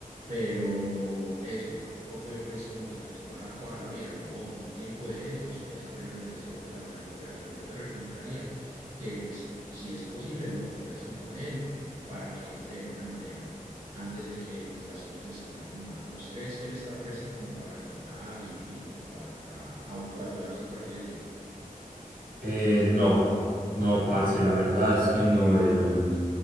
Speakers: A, on the right; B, on the right.
A: pero eso tampoco fue pues como que me tomara toda la vida, no, un tiempo de esos es apenas necesario para la recuperación. Yo te recomendaría que pues si es posible lo conversen con él para que entre de buena manera antes de que pues las cosas escalen más. ¿Vos crees que él está presto como para entrar y, y como para autoayudarse, por así decirlo?
B: Eh, no, no, parce, la verdad es que no, él,